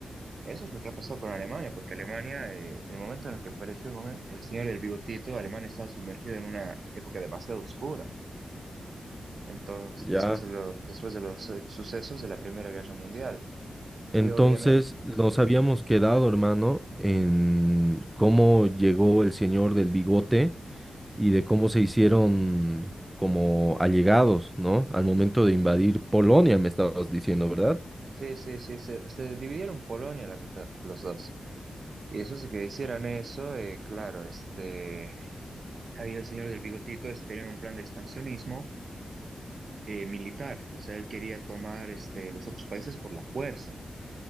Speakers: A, on the right (about 65°); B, on the right (about 15°).
A: Eso es lo que ha pasado con Alemania, porque Alemania, eh, el momento en el que apareció el, momen- el señor del bigotito, Alemania estaba sumergida en una época demasiado oscura. Entonces,
B: ya.
A: después de, lo- después de los eh, sucesos de la Primera Guerra Mundial.
B: Entonces
A: Y obviamente
B: nos habíamos quedado, hermano, en cómo llegó el señor del bigote y de cómo se hicieron como allegados, ¿no? Al momento de invadir Polonia, me estabas diciendo, ¿verdad?
A: Sí, sí, sí, se, se dividieron Polonia a la mitad, los dos. Y eso de que hicieran eso, eh, claro, este, ahí el señor del bigotito este, tenía un plan de expansionismo eh, militar, o sea, él quería tomar este, los otros países por la fuerza.